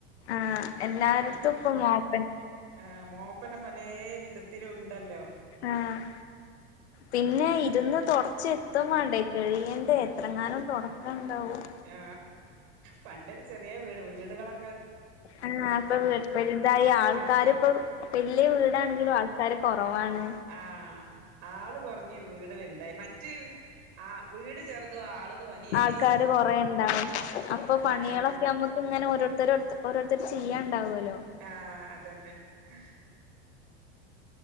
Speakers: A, on the left; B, on the right.
A: ആഹ് എല്ലാരത്തും പ്പൊ മോപ്പൻ
B: ആഹ് മോപ്പന്നെ പലേ വിധത്തിലു ഉണ്ടല്ലോ
A: ആഹ് പിന്നെ ഇരുന്ന് തൊടച്ച് എത്തും വാണ്ടേ കയ്യേണ്ടേ എത്രങ്ങാനും തൊടക്കാണ്ടാവും
B: ആ പണ്ടൊരു ചെറിയ വീട് വീടുകളൊ
A: ആ അപ്പൊ <unintelligible> ആൾക്കാര്
B: ഇപ്പ
A: ഇപ്പോ വല്യ വീടാണെങ്കിലും ആ ക്കാര് കൊറവാണ്
B: ആ ആള് കുറഞ്ഞ് വീട് വൽതായി മറ്റ് <unintelligible> ആ വീട് ചെറുതു ആള് തോന്നിയേനി
A: ആൾക്കാര് കൊറേ ഇണ്ടാവും അപ്പൊ പണികളൊക്കെ
B: അതന്നെ
A: നമ്മുക്ക് ഇങ്ങനെ ഓരോരുത്തരർത്തർ ഓരോരുത്തര് ചെയ്യാണ്ടാവോല്ലോ
B: ആ അതന്നെ.. ഹ്